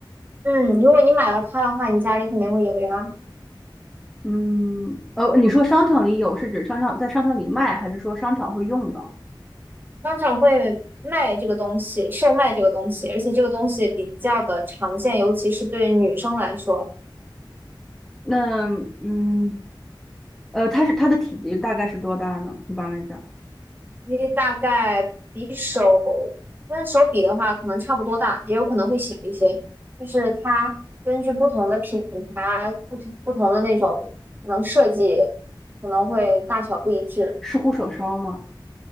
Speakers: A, on the right; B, in the centre.
A: 嗯，如果你买了它的话，你家里肯定会有呀。
B: 嗯，呃，你说商场里有是指商场在商场里卖，还是说商场会用到？
A: 商场会卖这个东西，售卖这个东西，而且这个东西比较的常见，尤其是对女生来说，
B: 那嗯，呃，它是它的体积大概是多大呢？一般来讲，
A: 因为大概比手跟手比的话，可能差不多大，也有可能会小一些。就是它根据不同的品牌、不同不同的那种可能设计，可能会大小不一致。
B: 是护手霜吗？